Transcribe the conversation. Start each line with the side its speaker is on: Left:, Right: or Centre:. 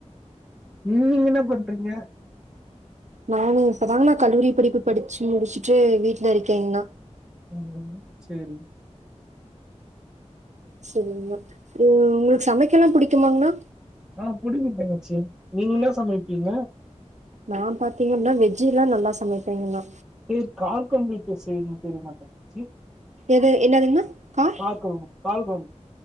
Centre: நீ இங்க என்ன பண்றீங்க
Right: நானு இப்பதாங்க அண்ணா நா கல்லூரி படிப்பு படிச்சு முடிச்சுட்டு வீட்டுல இருக்கேங்னா
Centre: ஹம் சேரி
Right: சேரிங்னா உ உங்களுக்கு சமைக்கல்லா புடிக்குமாங்கண்ணா
Centre: ஆஹ் புடிக்க தங்கச்சி நீங்க என்ன சமைப்பீங்க
Right: நா பாத்தீங்கன்னா வெஜ்ஜி எல்லா நல்லா சமைப்பேங்னா
Centre: சேரி காரகோழம்பு எப்டி சேய்னுன்னு தெரியமா தங்கச்சி
Right: எது என்னதுங் கார்
Centre: காரக்கொழம்பு காரக்கொழம்பு